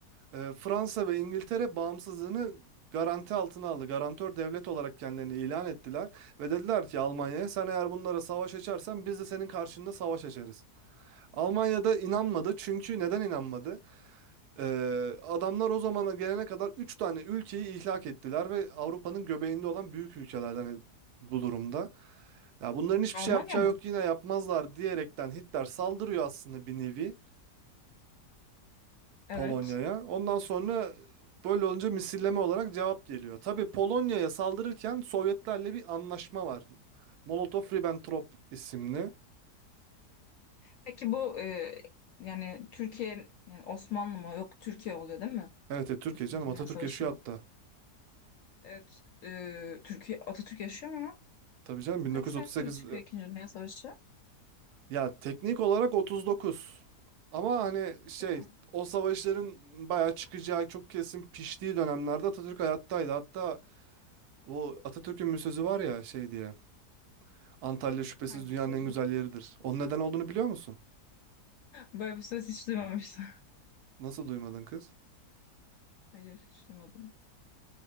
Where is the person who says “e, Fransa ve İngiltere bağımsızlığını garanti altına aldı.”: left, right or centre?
Right